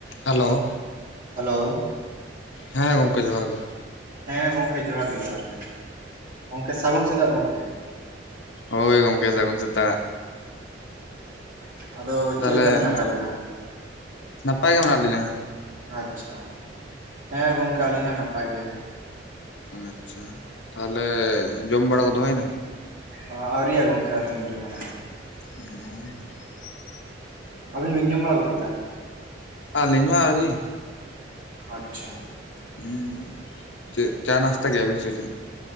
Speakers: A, on the left (about 70°); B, on the right (about 50°).
A: Hello
B: hello
A: ᱦᱮᱸ ᱜᱚᱢᱠᱮ ᱡᱚᱦᱟᱨ ᱜᱮ
B: ᱦᱮᱸ ᱜᱚᱢᱠᱮ ᱡᱚᱦᱟᱨ ᱜᱮ ᱡᱚᱦᱟᱨ ᱜᱮ ᱜᱚᱢᱠᱮ ᱥᱟᱹᱜᱩᱱ ᱥᱮᱛᱟᱜ ᱜᱚᱢᱠᱮ
A: ᱦᱳᱭ ᱜᱚᱝᱠᱮ ᱥᱟ. ᱜᱩᱱ ᱥᱮᱛᱟᱜ
B: ᱟᱫᱚ ᱪᱮᱫᱮ
A: ᱛᱟᱦᱚᱞᱮ
B: ᱞᱮᱠᱟ ᱢᱮᱱᱟᱜ ᱟᱠᱟᱫ ᱵᱤᱱᱟ
A: ᱱᱟᱯᱟᱭ ᱜᱮ ᱢᱮᱱᱟᱜ ᱞᱤᱧᱟ
B: ᱟᱪᱪᱷᱟ ᱦᱮᱸ ᱜᱚᱝᱠᱮ ᱟᱹᱞᱤᱧ ᱦᱚᱸ ᱱᱟᱯᱟᱭ ᱜᱮ
A: ᱟᱪᱪᱷᱟ ᱛᱟᱦᱚᱞᱮ ᱡᱚᱢ ᱵᱟᱲᱟ ᱠᱚ ᱫᱚ ᱦᱚᱭᱱᱟ
B: ᱚᱻ ᱟᱹᱣᱨᱤᱭᱟ ᱜᱚᱢᱠᱮ ᱟᱹᱣᱨᱤ ᱞᱤᱧ ᱡᱚᱢᱟ
A: ᱟᱨ
B: ᱟᱹᱵᱤᱱ ᱵᱤᱱ ᱡᱚᱢ ᱵᱟᱲᱟ ᱜᱚᱫ ᱠᱮᱫᱟ
A: ᱟᱹᱞᱤᱮᱧ ᱢᱟ ᱟᱹᱣᱨᱤ
B: ᱟᱪᱪᱷᱟ
A: ᱦᱩᱸ ᱪᱮᱫ ᱪᱟ ᱱᱟᱥᱛᱟ ᱠᱮᱫ ᱟᱵᱤᱱ ᱥᱮ ᱪᱮᱫ